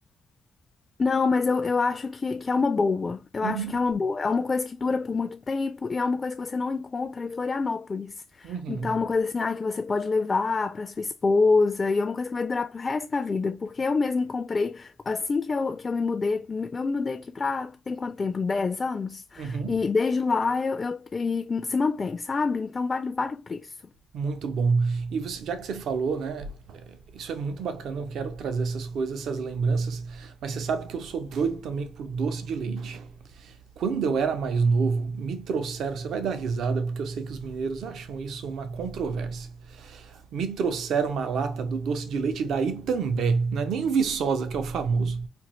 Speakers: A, on the left (about 25°); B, on the right (about 80°).
A: não, mas eu, eu acho que, que é uma boa. Eu
B: Uhum,
A: acho que é uma boa. É uma coisa que dura por muito tempo e é uma coisa que você não encontra em Florianópolis.
B: uhum,
A: Então, é uma coisa assim, ah, que você pode levar para sua esposa e é uma coisa que vai durar pro resto da vida. Porque eu mesmo comprei, assim que eu, que eu me mudei, eu me mudei aqui pra, tem quanto tempo? dez anos?
B: uhum.
A: E desde lá eu, eu- e se mantém, sabe? Então, vale, vale o preço.
B: Muito bom. E você, já que você falou, né? é, Isso é muito bacana. Eu quero trazer essas coisas, essas lembranças. Mas você sabe que eu sou doido também por doce de leite. Quando eu era mais novo, me trouxeram. Você vai dar risada porque eu sei que os mineiros acham isso uma controvérsia. Me trouxeram uma lata do doce de leite da Itambé. Não é nem o Viçosa, que é o famoso.